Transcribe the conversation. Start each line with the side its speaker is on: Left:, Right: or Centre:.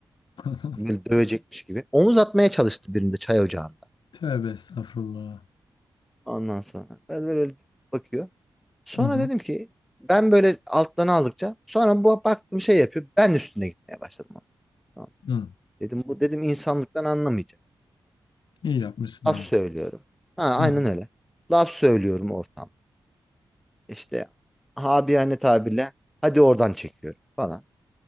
Left: <laughs>
Centre: Böyle dövecekmiş gibi. Omuz atmaya çalıştı birinde çay ocağında.
Left: Tövbe estağfurullah.
Centre: Ondan sonra. Ben böyle dik dik bakıyor. Sonra
Left: Hı hı.
Centre: dedim ki ben böyle alttan aldıkça sonra bu bak bir şey yapıyor. Ben üstüne gitmeye başladım ona. Tamam.
Left: Hı.
Centre: Dedim bu dedim insanlıktan anlamayacak.
Left: İyi yapmışsın
Centre: Laf
Left: abi.
Centre: söylüyorum. Ha aynen
Left: Hı hı.
Centre: öyle. Laf söylüyorum ortamda. İşte habiyane tabirle hadi oradan çekiyorum falan.